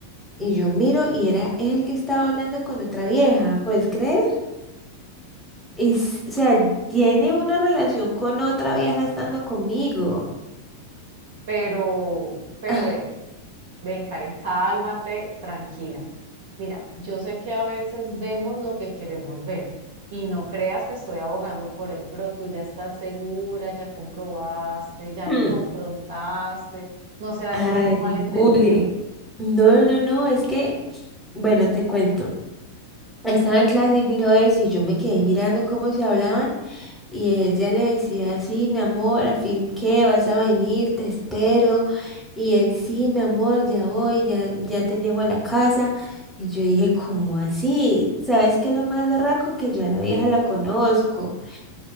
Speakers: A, in the centre; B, on the right.
A: y yo miro y era él que estaba hablando con otra vieja, ¿puedes creer? Y, s- o sea, tiene una relación con otra vieja estando conmigo.
B: pero, pero
A: Ah,
B: ven, ven, Karen, cálmate, tranquila. Mira, yo sé que a veces vemos lo que queremos ver y no creas que estoy abogando por él, pero tú ya estás segura, ya comprobaste, ya
A: Hmm.
B: lo confrontaste, ¿no será
A: Ay,
B: de pronto un malentendido?
A: bully. No, no, no, es que, bueno, te cuento. Estaba en clase y miró eso y yo me quedé mirando cómo se hablaban y ella le decía, sí, mi amor, al fin qué, vas a venir, te espero. Y él, sí, mi amor, ya voy, ya, ya te llego a la casa. Y yo dije, ¿cómo así? ¿Sabes qué es lo más berraco? Que yo a la vieja la conozco.